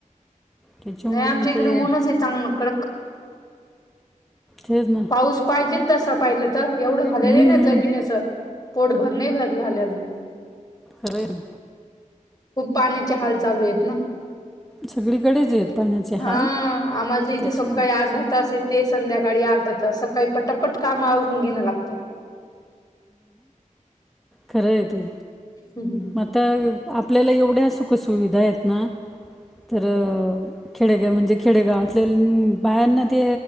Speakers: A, in the centre; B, on the left.
A: त्याच्यामुळे
B: नाही आमच्या
A: मग
B: इकडे
A: ते
B: ऊनचे. चांगलं कडक.
A: तेच ना
B: पाऊस पाहिजे तसा पाहिलं त. एवढं झाले
A: हम्म
B: नाही
A: हम्म.
B: ना जमिनीचं. पोटभर नाही भर नाही झाले अजून.
A: खरय ना.
B: खूप पाण्याचे हाल चालूयेत ना.
A: सगळीकडेच आहे पाण्याचे
B: हा
A: हाल
B: आम्हाला त इथे
A: त्याच्यामुळे
B: सकाळी अर्धा तास येते. संध्याकाळी अर्धा तास. सकाळी पटपट काम आव रुन घेन लागतात.
A: खरय ते.
B: हम्म हम्म.
A: म आता आपल्याला एवढ्या सुखसुविधायेत ना, तर खेडेगे, म्हणजे खेडेगावात <unintelligible> बायांना ते